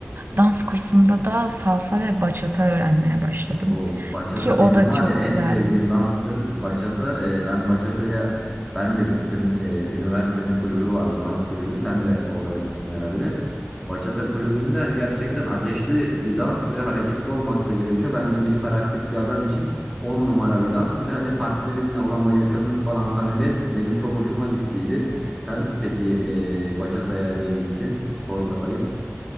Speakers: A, on the right (about 50°); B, in the centre.
A: Dans kursunda da salsa ve bachata öğrenmeye başladım.
B: O bachata
A: Ki o
B: benim
A: da
B: var
A: çok
B: ya en
A: güzeldi.
B: sevdiğim danstır bachata. Ee, ben bachata'ya ben de gittim. Ee, üniversitenin kulübü vardı dans kulübü. Sen de orada gittin herhalde. Bachata kulübünde hani gerçekten ateşli bir dans ve hareketli olmak da gerekiyor. Ben gibi hiperaktif bir adam için 10 numara bir dans. Bir de hani partnerinle olan o yakınlık falan samimiyet benim çok hoşuma gittiydi. Sen peki e, bachata'ya niye gittin? Sorma sayıp.